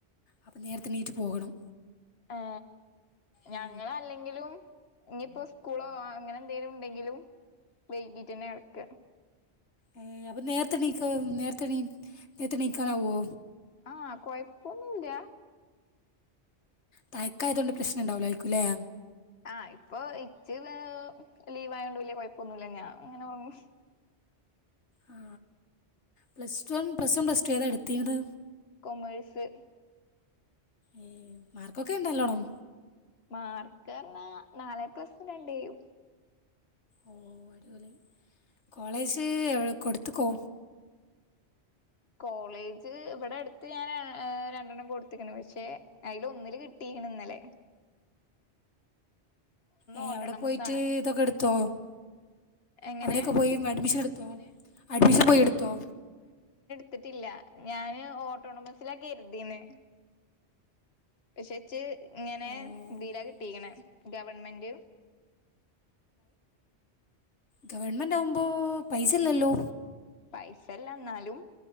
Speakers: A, on the left; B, on the left.
A: അപ്പൊ നേരത്തെണീറ്റ് പോകണം
B: ഏ
A: ഉം
B: ഞങ്ങള അല്ലെങ്കിലും ഇനിയിപ്പോ സ്കൂളോ അങ്ങനെ എന്തേലും ണ്ടെങ്കിലും വൈകീട്ടന്നെ അട്ക്ക
A: ഏ അപ്പ നേരത്തെ ണീക്കോ നേരത്തെ നേര്ത്തെ നീക്കാനാവോ
B: ആ കൊഴപ്പൊന്നുല്ല
A: തയക്ക ആയതോണ്ട് പ്രശ്നം ഉണ്ടാവുലേക്കുല്ലേ
B: ആ ഇപ്പൊ ഇച്ച ലീവ് ആയോണ്ട് വലിയ കുഴപ്പൊന്നുമല്ല ഞാൻ അങ്ങനെ <unintelligible>
A: ആ പ്ലസ് ടും പ്ലസ് വൺ പ്ലസ് ടു ഏതാ എട്ത്തീനത്
B: കൊമേഴ്സ്
A: ഏ മാർക്കൊക്കെ ണ്ടോ ല്ലോണം
B: മാർക്കർനാ നാല എപ്ലസും രണ്ടുഏയും
A: ഓ അടിപളി കോളേജ് എവ കൊടുത്ത്ക്കോ
B: കോളേജ് ഇവിടെ അടുത്ത് ഞാൻ ഏ രണ്ടെണ്ണം കൊടുത്ത്ക്ക്ണ് പക്ഷെ അയിൽ ഒന്നില് കിട്ടി ഇണന്നലെ
A: ഏ
B: ഓട്ടോണമസ്
A: അവടെ പോയിട്ട്
B: ആണ്
A: ഇതൊക്കെ ടുത്തോ
B: എങ്ങനെ
A: അവിടെക്കെ പോയി അഡ്മിഷൻ എടുത്തോ അഡ്മിഷൻ പോയി എടുത്തോ
B: ത്തിട്ടില്ല ഞാന് ഓട്ടോണമസിലാ കെര്തീനെ പഷെച്ച് ഇങ്ങനെ
A: പക്ഷെ
B: ദില കിട്ടീക്കണേ ഗവൺമെന്റ്
A: ഗവൺമെന്റ് ആവുമ്പോ പൈസ ഇല്ലല്ലോ
B: പൈസല്ല ന്നാലും